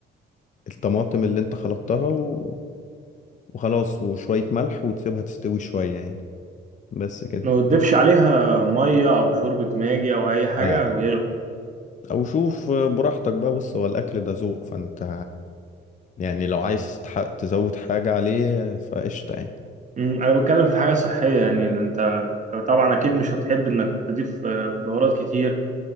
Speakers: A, on the left; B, on the right.
A: الطماطم اللي انت خلطتها و... وخلاص وشوية ملح وتسيبها تستوي شوية يعني بس كده
B: ما تضيفش عليها ميه او شوربه ماجي او اي حاجه
A: آه.
B: وهي
A: أو شوف براحتك بقى بص هو الأكل ده ذوق فأنت يعني لو عايز تح... تزود حاجة عليه فقشطة يعني
B: مم، انا بتكلم في حاجه صحيه يعني ده انت طبعا اكيد مش هتحب انك تضيف آه، بهارات كتير